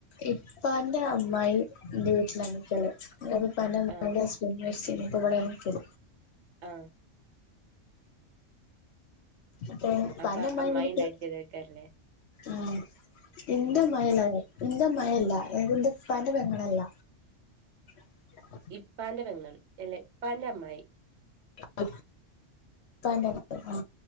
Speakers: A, on the left; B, on the right.
A: ഇപ്പാന്റെ അമ്മായി ഇന്റെ വീട്ടിലാനിക്കൽ ഇപ്പ ന്റെ അമ്മായിന്റെ
B: ആഹ്
A: ഹുസ്ബന്റ് മരിച്ചക് ണ് അപ്പ ഇവിടെ നിക്കൽ
B: ആ
A: അപ്പെ പ്പന്റെ
B: അപ്പൊ
A: അമ്മായിന്റെ
B: അമ്മായി
A: എനിക്ക്
B: ഇണ്ടാക്കിയതേക്കാരല്ലേ
A: ആഹ ഇന്റെഅമ്മായി
B: ആഹ്
A: അമ്മായില്ല ഇന്റെ ഇപ്പ ന്റെ പെങ്ങളല്ല <inaudible>
B: ഇപ്പാന്റെ പെങ്ങൾ അല്ലെ ഇപ്പാന്റെ അമ്മായി
A: <unintelligible> ഇപ്പന്റെ അമ്മായി ആ